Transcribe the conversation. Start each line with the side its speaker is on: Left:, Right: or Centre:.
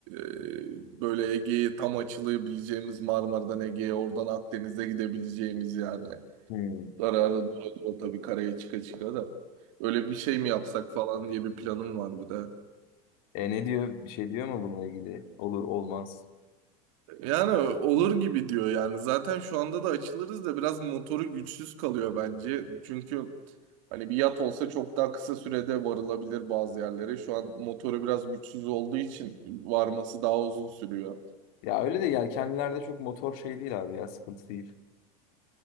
Right: e, böyle Ege'ye tam açılabileceğimiz Marmara'dan Ege'ye oradan Akdeniz'e gidebileceğimiz yani.
Left: Hmm.
Right: Ara ara dura dura tabii karaya çıka çıka da. Öyle bir şey mi yapsak falan diye bir planım var bir de.
Left: E ne diyor? Bir şey diyor mu bununla ilgili? Olur olmaz.
Right: Yani olur gibi diyor yani. Zaten şu anda da açılırız da biraz motoru güçsüz kalıyor bence. Çünkü hani bir yat olsa çok daha kısa sürede varılabilir bazı yerlere. Şu an motoru biraz güçsüz olduğu için varması daha uzun sürüyor.
Left: Ya öyle de yelkenlilerde çok motor şey değil abi ya sıkıntı değil.